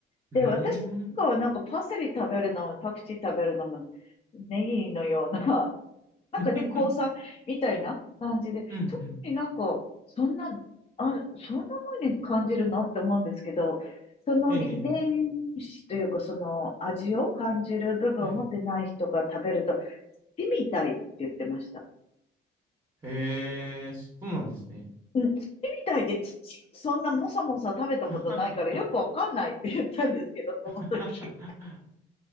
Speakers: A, on the left; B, on the right.
A: で、
B: うー
A: 私がなんかパセリ食べるのも、
B: ん。
A: パクチー食べるのも、ネギのようななんかね、
B: <laughs>
A: 交際みたいな感じで、
B: うんうん。
A: 特になんか、そんな、あ、そんな風に感じるのって思うんですけど、
B: <laughs>
A: その遺伝子というか、
B: ええ、ええ
A: その味を感じる部分を持ってない人が食べると、
B: はい。
A: 土みたいって言ってました。
B: ええ、そうなんですね。
A: うん、土みたいで土、そんなもさもさ食べたことないからよくわかんないって言ったんですけど、
B: <laughs> はは
A: その時。
B: はは